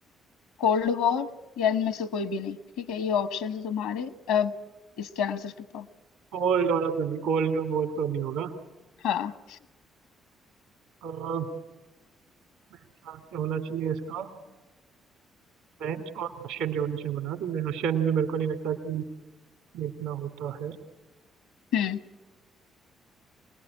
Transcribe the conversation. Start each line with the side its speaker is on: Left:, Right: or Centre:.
Left: cold war या इनमें से कोई भी नहीं ठीक है ये ऑप्शन है तुम्हारे अब इसके आंसर तो पाओ
Right: गोल्ड वाला तो नहीं गोल्ड वोल्ड तो नहीं होगा
Left: हाँ
Right: अ, मेरे ख्याल से होना चाहिए इसका फ्रेंच और रशियन रिवॉल्यूशन बनाया तुमने रशियन भी मेरे को नहीं लगता कि ये इतना होता है
Left: हम्म